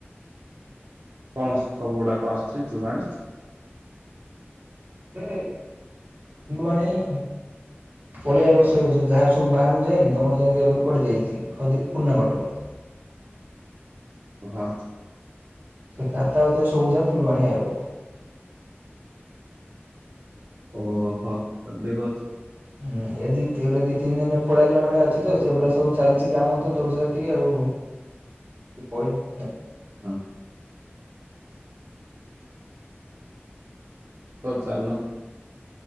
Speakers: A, on the right; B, on the right.
A: କଣ ସବୁ ଗୁଡାକ ଆସୁଛି ତୁ ଜାଣି
B: ଆ ଫୁଲବାଣି ପଳିଆବସାଉ ଯାହା ସବୁ ବାହାରକୁ ଯାଇନି ତମର ଯେମିତି ଏବେ କଟି ଯାଇଛି ପୁରୁଣା କଟକ
A: <inaudible> ହ‌ଁ
B: ସେ ଖାତା ହଉଥ ସବୁ ଯା ଫୁଲବାଣୀ ଆଇବ।
A: ଓହୋ କ ଦେ <unintelligible>
B: ହୁଁ ଏ ଦି ଗୋଟେ ଦି ତିନି ଦିନରେ ପଳେଇଲା ଭଳିଆ ଅଛି ତ ସେଗୁଡା ସବୁ ଚାଲିଛି କାମ ତ ଜୋର୍ ଜାର ଟିକେ ଆଉ।
A: <inaudible>
B: ତୁ କହିବୁ ନା
A: ହଁ ହଉ ଚାଲୁ।